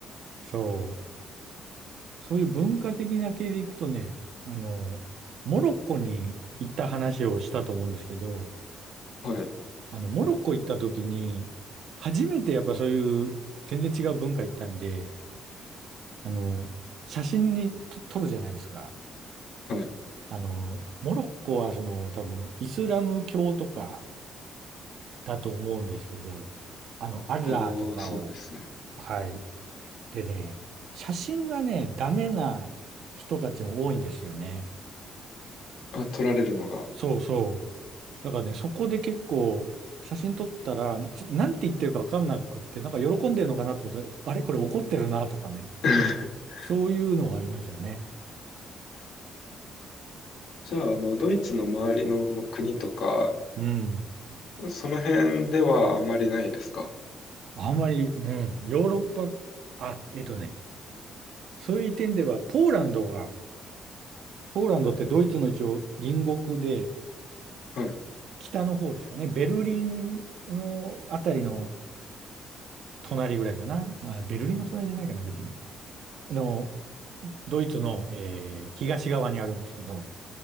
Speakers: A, on the right (about 70°); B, on the left (about 75°).
A: そう。そういう文化的な系でいくとね、あの、モロッコに行った話をしたと思うんですけど、
B: はい。
A: あの、モロッコ行った時に、初めてやっぱそういう全然違う文化行ったんで、あの、写真にと撮るじゃないですか。
B: はい。
A: あの、モロッコはその多分イスラム教とかだと思うんですけど、あの、アッラーとかを、
B: ああ、そうですね。
A: はい。でね、写真がね、ダメな人たちも多いんですよね。
B: あ、取られるのが。
A: そうそう。だからね、そこで結構写真撮ったら、ちょ、なんて言ってるかわかんなくって、なんか喜んでるのかなと思ったら、あれこれ怒ってるなとかね。
B: <laughs>
A: そういうのがありましたね。
B: じゃあ、あの、ドイツの周りの国とか、
A: うん。
B: その辺ではあんまりないですか
A: あんまり、うん、ヨーロッパ、あ、えっとね、そういう点では、ポーランドが、ポーランドってドイツの一応隣国で、
B: はい。
A: 北の方ですかね、ベルリンのあたりの隣ぐらいかな。あ、ベルリンの隣じゃないかな、別に。あの、ドイツの、えー東側にあるんですけど、